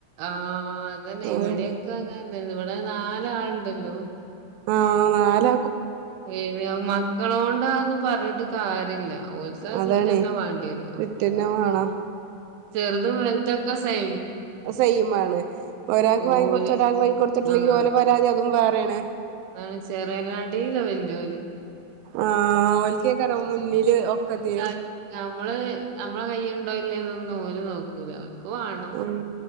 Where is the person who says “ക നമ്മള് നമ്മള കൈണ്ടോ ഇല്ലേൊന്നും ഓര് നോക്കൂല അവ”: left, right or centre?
Right